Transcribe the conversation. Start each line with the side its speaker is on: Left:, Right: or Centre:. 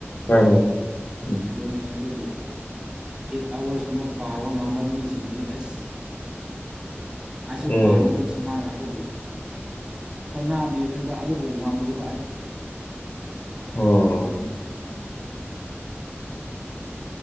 Left: ꯍꯣꯏꯅꯦ ꯎꯝ
Right: ꯑꯗꯨꯅꯦ ꯐꯗꯨꯕꯨ ꯑꯦꯠ ꯑꯋꯥꯔꯁ ꯀꯨꯝꯕ ꯄꯥꯕ ꯉꯝꯕ ꯃꯤꯁꯤꯡꯗꯤ ꯑꯁ ꯑꯩꯁꯨ
Left: ꯎꯝ
Right: ꯄꯥꯅꯤꯡꯉꯦ ꯁꯨꯃꯥꯏꯅ ꯑꯗꯨꯕꯨ ꯍꯣꯠꯅꯕꯤꯕꯅꯦꯕ ꯑꯗꯨꯕꯨ ꯉꯝꯗꯦꯕ ꯑꯩꯗꯤ ꯇꯁꯦꯡꯅ
Left: ꯎꯝ
Right: ꯍꯥꯢꯔꯗꯤ
Left: <inaudible>